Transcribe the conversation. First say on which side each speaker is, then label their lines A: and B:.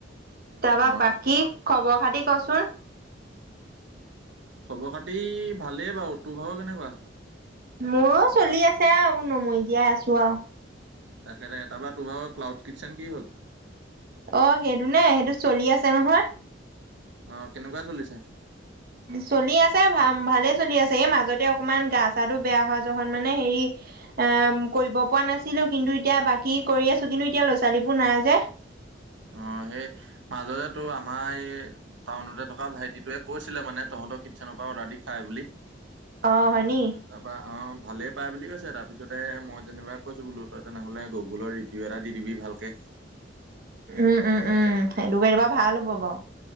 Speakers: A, on the right; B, on the right.
A: তাৰপৰা
B: অ
A: বাকী খবৰ খাতি ক'চোন?
B: খবৰ খাতি ভালেই বাৰু। তোৰ ভাগৰ কেনেকুৱা?
A: মোৰো চলি আছে আৰু নমৰি জীয়াই আছো আৰু।
B: তাকে দে তোৰ ভাৰ ক্লাউড কিটচেন কি হ'ল?
A: অ' সেইটো নে সেইটো চলি আছে নহয়।
B: অঁ, কেনেকুৱা চলিছে?
A: চলি আছে ভা ভালেই চলি আছে, এই মাজতে অকমান গা চাটো বেয়া হোৱা যোৱা দিনাখন মানে হেৰি এ কৰিব পৰা নাছিলো কিন্তু এতিয়া বাকী কৰি আছো কিন্তু এতিয়া ল'ৰাোৱালীবোৰ নাই যে।
B: অঁ, সেই মাজতে তোৰ আমাৰ এই টাউনতে থকা ভাইটিটোৱে কৈছিলে মানে তহঁতৰ কিটচেনৰ পৰা অৰ্ডাৰ দি খায় বুলি।
A: অ', হয় নি?
B: তাৰপৰা অঁ ভালেই পাই বুলি কৈছে তাৰপিছতে মই যেনিবা কৈছো বোলো তই তেনেহ'লে গুগুলত ৰিভিউ এটা দি দিবি ভালকে।
A: উম উম উম সেইটো কৰি দিবা ভাল হ'ব বাৰু।